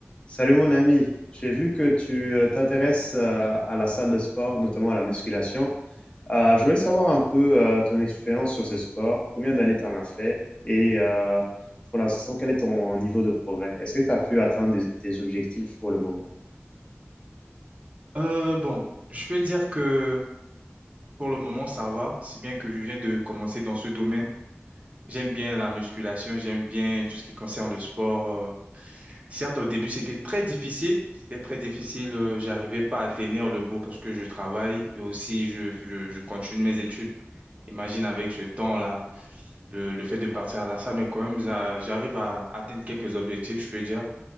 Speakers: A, on the left; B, on the right.
A: Salut mon ami, j'ai vu que tu euh, t'intéresses euh, à la salle de sport, notamment à la musculation. Euh, je voulais savoir un peu euh, ton expérience sur ce sport, combien d'années tu en as fait et euh, pour l'instant, quel est ton niveau de progrès? Est-ce que tu as pu atteindre des- tes objectifs pour le moment?
B: Euh, bon, je peux dire que pour le moment, ça va, si bien que je viens de commencer dans ce domaine. J'aime bien la musculation, j'aime bien tout ce qui concerne le sport. euh. Certes, au début, c'était très difficile. C'était très difficile. euh, j'arrivais pas à tenir le bout parce que je travaille et aussi je, je, je continue mes études. Imagine avec ce temps-là, le, le fait de partir à la salle, mais quand même, ça- j'arrive à atteindre quelques objectifs, je peux dire.